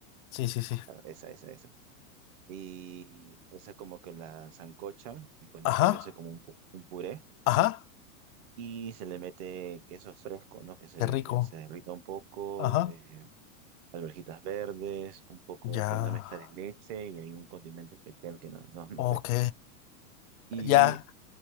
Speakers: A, on the left; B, on the right.
A: Sí, sí, sí.
B: claro, esa, esa, esa. Y esa como que la zancochan y con
A: Ajá.
B: esto se hace como un, pu- un puré
A: Ajá.
B: y se le mete queso fresco, ¿no? Que se,
A: Qué rico.
B: que se derrita un poco,
A: Ajá.
B: eh, alverjitas verdes, un poco
A: Ya.
B: con una mezcla de leche y hay un condimento especial que no, no, no
A: Ok.
B: sé. Y,
A: Ya.